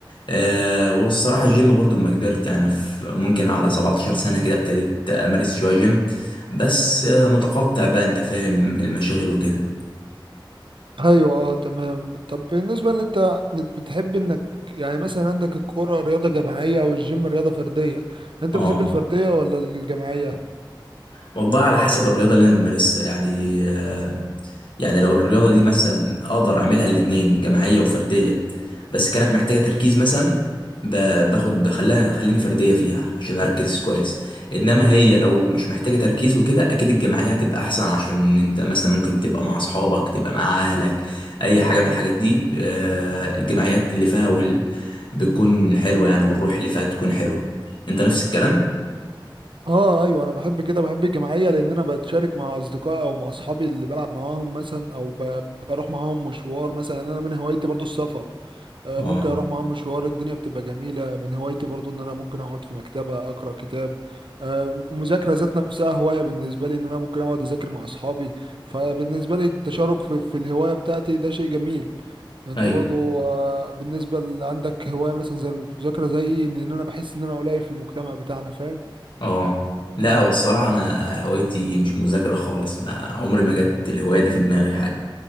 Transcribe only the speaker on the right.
ايوه اه تمام طب بالنسبة ان انت بتحب انك يعني مثلا عندك الكرة رياضة جماعية والجيم رياضة فردية انت
بتحب الفردية ولا الجماعية
اه ايوه انا بحب كده بحب الجماعيه لان انا بتشارك مع اصدقائي او مع اصحابي اللي بلعب معاهم مثلا او ب... بروح معاهم مشوار مثلا يعني انا من هوايتي برضو السفر آه،
ممكن اروح معاهم مشوار الدنيا بتبقى جميله من هوايتي برضو ان انا ممكن اقعد في مكتبه اقرا كتاب آه، مذاكره ذات نفسها هوايه بالنسبه لي ان انا ممكن اقعد اذاكر مع اصحابي فبالنسبه لي التشارك في, في الهوايه بتاعتي ده شيء جميل انت
برضو آه، بالنسبه اللي عندك هوايه مثلا زي المذاكره زيي لان انا بحس ان انا قليل في المجتمع بتاعنا فاهم